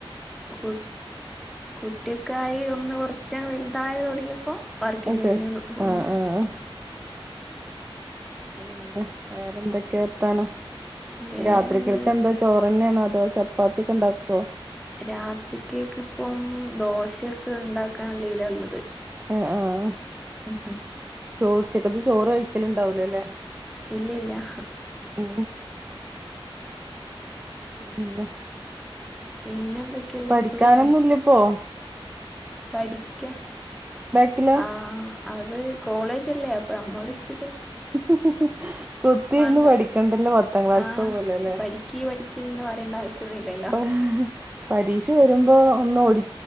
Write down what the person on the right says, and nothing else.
ഓക്കെ
ആഹ് ആഹ് പിന്നെ വേറെ എന്തൊക്കെയാ വർത്താനം
ഇനി രാത്രീത്തേക്ക് എന്താ ചോറ്ന്നെയണോ അതോ ചപ്പാത്തി ഒക്കെ ഉണ്ടാക്കോ
ആഹ് ആഹ്
ചോ ഉചക്കത്ത് ചോറ് കഴിക്കല ഇണ്ടാവലോ അല്ലേ
ഉ പിന്നെ
പഠിക്കാനൊന്നും
ഇല്ലപ്പോ
ബാക്കില
<unintelligible> കുത്തി
ഇരുന്ന് പഠിക്കണ്ടല്ലോ പത്താം ക്ലാസ്ത്ത
പോലല്ലേ
<unintelligible>
അപ്പ പരീക്ഷ വരുമ്പോ ഒന്ന് ഓടി